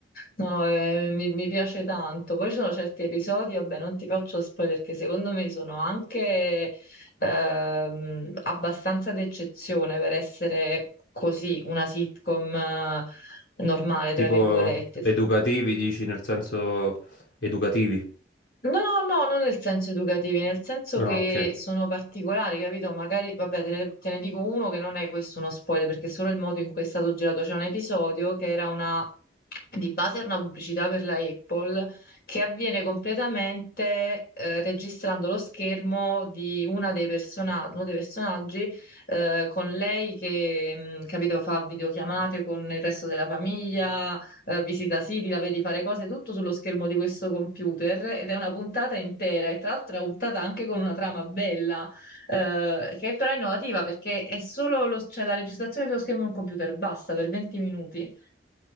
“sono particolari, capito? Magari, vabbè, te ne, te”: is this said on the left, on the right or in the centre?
Left